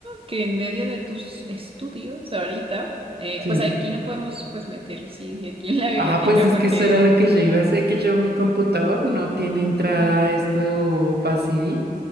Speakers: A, on the right; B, on the right.
A: que en medio de tus estudios ahorita, eh,
B: sí.
A: pues aquí no podemos pues meter CD aquí en la biblioteca
B: Ah, pues es
A: porque...
B: que eso era lo que yo iba a hacer, que yo mi computador no tiene entrada
A: mm,
B: esto para CD.